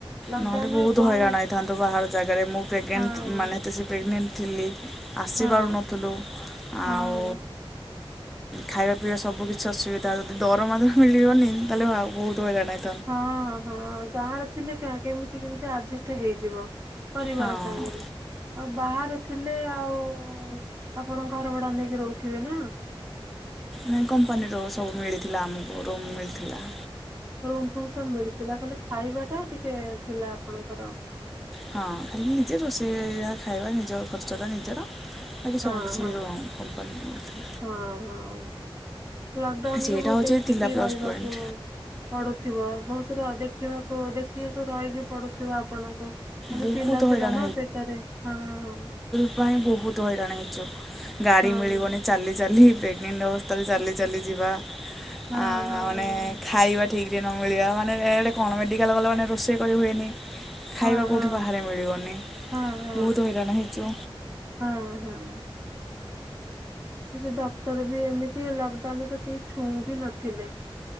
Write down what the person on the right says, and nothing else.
ଲକଡାଉନ
ରେ କମ
ହଁ
ହଁ
ହଁ।
ହଁ ହଁ ଗାଁରେ ଥିଲେ କେମିତି କେମିତି ଆଡଜେଷ୍ଟ ହେଇଯିବ। ପରିବାର
ସାଙ୍ଗରେ। ଆଉ ବାହାରେ ଥିଲେ ଆଉ ଆପଣ ଘର ଭଡାନେଇକି ରହୁଥିବେ ନା।
ରୁମ୍ ଫୁମ୍ ସବୁ ମିଳିଥିଲା ଖାଲି ଖାଇବା ଟା ଟିକେ ଥିଲା ଆପଣଙ୍କର।
ହଁ
ହଁ
ହଁ ହଁ ଲକଡାଉନରୁ
ଦେଖିକି
ରହିବାକୁ
ପଢୁଥିବ ବହୁତ ର ଦେଖିବାକୁ ଦେଖିବାକୁ ରହିକି ପଡୁଥିବ ଆପଣଙ୍କୁ ମାନେ
ପିଲା
ଥିଲା ନା ପେଟରେ ହଁ ହଁ।
ହଁ
ହଁ
ହଁ
ହଁ।
ହଁ
ହଁ
ହଁ ହଁ
ହଁ ହଁ। ସେ ଡକ୍ଟର ବି ଏମିତି ଲକଡାଉନ ରେ କେହି ଛୁଉଁ ବି ନଥିଲେ